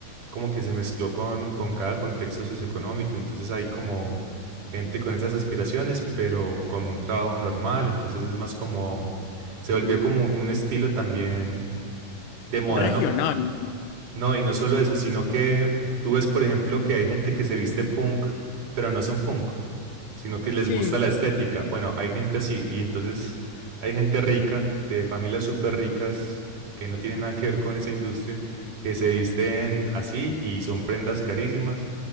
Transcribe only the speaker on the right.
como que se mezcló con, con cada contexto socioeconómico. Entonces hay como gente con esas aspiraciones, pero con un trabajo normal. Entonces es más como, se volvió como un un estilo también de moda,
¿no?
No, y no solo eso, sino que tú ves, por ejemplo, que hay gente que se viste punk, pero no son punk, sino que les
gusta la estética. Bueno, hay gente así, y entonces hay gente rica, de familias súper ricas, que no tienen nada que ver con esa industria, que se visten así y son prendas carísimas,